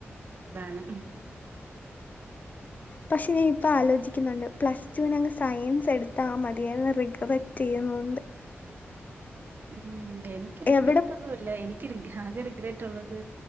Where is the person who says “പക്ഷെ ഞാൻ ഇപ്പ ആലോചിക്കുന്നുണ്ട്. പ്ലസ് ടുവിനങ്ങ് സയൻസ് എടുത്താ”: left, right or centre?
Left